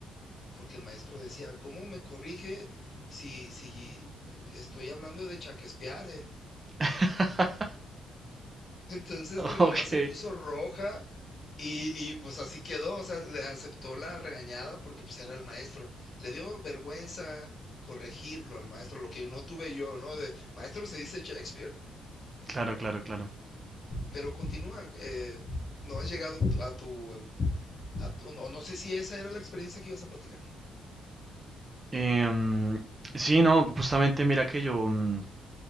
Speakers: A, on the left; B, on the right.
A: porque el maestro decía, ¿cómo me corrige si, si estoy hablando de Shakespeare?
B: <laughs>
A: <laughs> Entonces mi mamá
B: Ok,
A: se puso roja y, y pues así quedó, o sea, le aceptó la regañada porque pues era el maestro. Le dio vergüenza corregirlo al maestro, lo que no tuve yo, ¿no? De maestro se dice Shakespeare.
B: claro, claro, claro.
A: Pero continúa, eh, no has llegado tu- a tu, a tu- no, no sé si esa era la experiencia que ibas a platicar,
B: Em, sí, no, justamente mira que yo, mm,